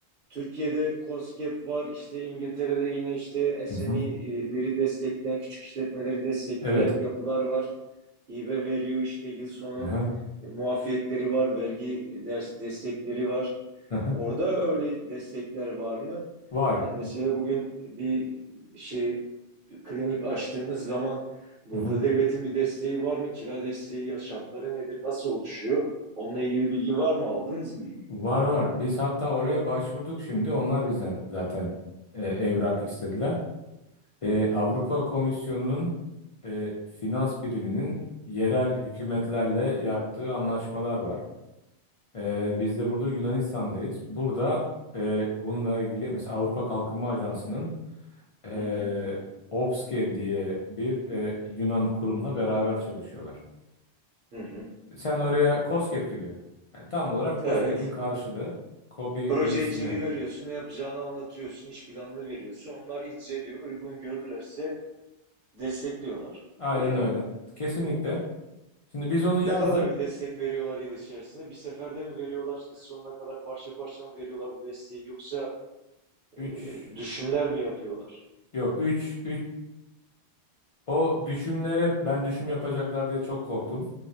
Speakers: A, on the right; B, on the left.
A: Türkiye'de KOSGEB var, işte İngiltere'de yine işte SME'leri
B: Hı hı.
A: destekleyen, küçük işletmeleri destekleyen
B: Evet.
A: yapılar var. Hibe veriyor işte yıl sonu
B: Hı hı.
A: e, muafiyetleri var, vergi des- destekleri var.
B: Hı hı.
A: Orada öyle destekler var mı?
B: Var.
A: Yani mesela bugün bir şey klinik açtığınız zaman burada
B: Hı hı.
A: devletin bir desteği var mı? Kira desteği ya şartları nedir? Nasıl oluşuyor? Onunla ilgili bilgi var mı? Aldınız mı bilgi?
B: Var var. Biz hatta oraya başvurduk şimdi. Onlar bizden zaten e, evrak istediler. E, Avrupa Komisyonu'nun e, finans biriminin yerel hükümetlerle yaptığı anlaşmalar var. E, biz de burada Yunanistan'dayız. Burada e, bununla ilgili mesela Avrupa Kalkınma Ajansı'nın e,
A: Hı hı.
B: Opske diye bir e, Yunan kurumla beraber çalışıyorlar.
A: Hı hı.
B: Sen oraya KOSGEB gibi. Yani tam olarak KOSGEB'in
A: Evet.
B: karşılığı KOBİ
A: Proje
B: geliştirme.
A: içeriği veriyorsun, ne yapacağını anlatıyorsun, iş planını veriyorsun. Onlar inceliyor, uygun görürlerse destekliyorlar.
B: Aynen
A: Öyle mi?
B: öyle. Kesinlikle. Şimdi biz onu
A: Ne
B: yazdık.
A: kadar bir destek veriyorlar yıl içerisinde? Bir seferde mi veriyorlar, yıl sonuna kadar parça parça mı veriyorlar bu desteği yoksa
B: 3
A: e, düşümler mi yapıyorlar?
B: yok 3 O düşümlere ben düşüm yapacaklar diye çok korktum.